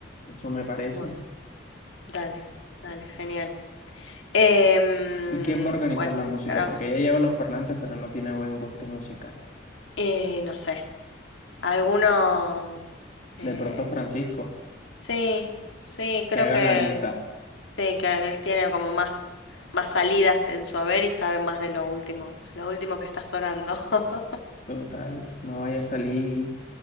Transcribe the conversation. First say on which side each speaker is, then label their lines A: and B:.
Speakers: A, on the left (about 45°); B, on the left (about 85°).
A: Eso me parece.
B: Bueno, dale, dale, genial. Em,
A: ¿Y quién va a organizar
B: bueno,
A: la música?
B: creo
A: Porque
B: que...
A: ella lleva los parlantes, pero no tiene buen gusto musical.
B: eh, no sé, alguno... eh,
A: De pronto Francisco,
B: sí, sí,
A: que
B: creo
A: haga
B: que
A: la lista.
B: sí, que él tiene como más, más salidas en su haber y sabe más de lo último, lo último que está sonando. <laughs>
A: Total, no vaya a salir